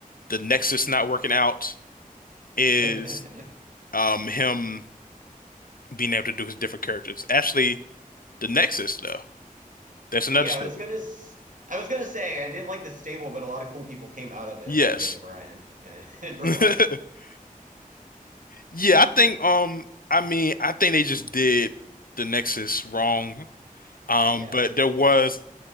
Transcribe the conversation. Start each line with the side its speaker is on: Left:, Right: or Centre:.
Left: the Nexus not working out is
Right: <laughs>
Left: um him being able to do his different characters. Actually, the Nexus though, that's another
Right: Yeah,
Left: staple.
Right: I was gonna s- I was gonna say I didn't like the stable, but a lot of cool people came out of it,
Left: Yes.
Right: like Daniel Bryan and, <laughs> and Bray
Left: <laughs>
Right: Wyatt.
Left: Yeah, I think um I mean I think they just did the Nexus wrong. Um,
Right: Yeah.
Left: but there was